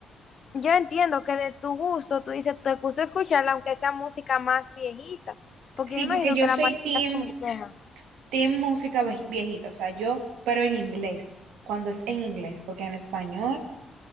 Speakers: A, on the left (about 50°); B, on the right (about 85°).
A: Yo entiendo que de tu gusto, tú dices, te gusta escucharla, aunque sea música más viejita, porque
B: Sí,
A: yo imagino
B: porque yo
A: que la
B: soy
A: mayoría
B: team,
A: son viejas.
B: team música ve- viejita, o sea, yo, pero en inglés, cuando es en inglés, porque en español